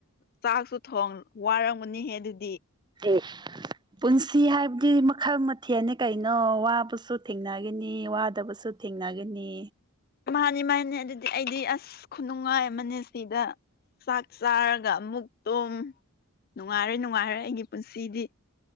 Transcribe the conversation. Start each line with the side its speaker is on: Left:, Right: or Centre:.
Left: ꯆꯥꯛꯁꯨ ꯊꯣꯡ ꯋꯥꯔꯝꯒꯅꯤꯍꯦ ꯑꯗꯨꯗꯤ
Right: <unintelligible> <inaudible> ꯄꯨꯟꯁꯤ ꯍꯥꯏꯕꯗꯤ ꯃꯈꯜ ꯃꯊꯦꯜꯅꯤ ꯀꯩꯅꯣ ꯋꯥꯕꯁꯨ ꯊꯦꯡꯅꯒꯅꯤ ꯋꯥꯗꯕꯁꯨ ꯊꯦꯡꯅꯒꯅꯤ
Left: ꯃꯥꯅꯤ ꯃꯥꯅꯤ ꯑꯗꯨꯗꯤ ꯑꯩꯗꯤ ꯑꯁ ꯈꯨꯅꯨꯡꯉꯥꯏ ꯑꯃꯅꯦ ꯁꯤꯗ ꯆꯥꯛ ꯆꯥꯔꯒ ꯑꯃꯨ ꯇꯨꯝ ꯅꯨꯡꯉꯥꯏꯔꯦ ꯅꯨꯡꯉꯥꯏꯔꯦ ꯑꯩꯒꯤ ꯄꯨꯟꯁꯤꯗꯤ